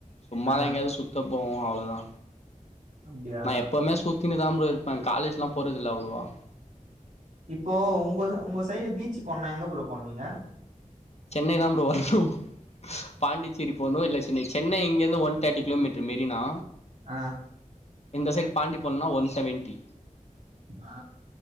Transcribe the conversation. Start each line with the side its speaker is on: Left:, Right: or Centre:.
Left: சும்மாதான்
Right: ஆ
Left: எங்கேயாவது சுத்த போம் அவ்ளோதா
Right: அப்டியா
Left: நா எப்பவுமே சுத்தினு தான் ப்ரோ இருப்பேன் காலேஜ்ல்லா போறது இல்ல அவ்வளவா
Right: இப்போ உங்க உங்க சைடு பீச்சு போனா எங்கப்ரோ போவீங்க
Left: சென்னை தா ப்ரோ வரணு பாண்டிச்சேரி போனு இல்ல சென்னை சென்னை இங்கர்ந்து ஒன் தேட்டி கிலோமீட்ரு மெரினா
Right: ஆ
Left: இந்த சைடு பாண்டி போனனா ஒன் செவன்ட்டி
Right: ஆ